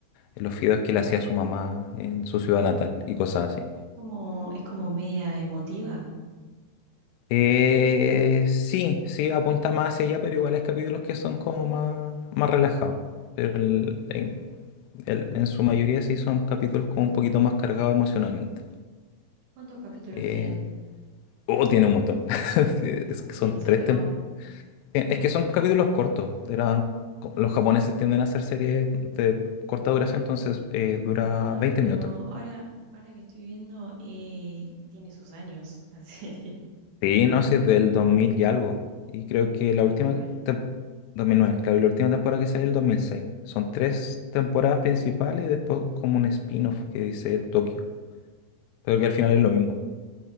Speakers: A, on the left; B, on the right.
A: los fideos que le hacía su mamá en su ciudad natal y cosas así.
B: como, es como media emotiva.
A: Eh, sí, sí, apunta más hacia allá, pero igual hay capítulos que son como más, más relajados. Pero el- en, el- en su mayoría sí son capítulos como un poquito más cargados emocionalmente.
B: ¿Cuántos capítulos
A: Eh,
B: tiene?
A: oh, tiene un montón. <laughs> Sí, Es
B: Uy,
A: que son
B: ¿en serio?
A: tres tem- eh, Es que son capítulos cortos. Eran, co- los japoneses tienden a hacer series de corta duración, entonces eh, dura
B: Ah,
A: 20
B: pero
A: minutos.
B: ahora, ahora que estoy viendo, eh, tiene sus años la serie.
A: Sí,
B: <laughs>
A: no, sí, es del 2000 y algo. Y creo que
B: En dos
A: la
B: mil
A: última,
B: nueve
A: tem- 2009, claro, y la última temporada que salió el 2006. Son tres temporadas principales y después como un spin-off que dice Tokio. Pero que al final es lo mismo.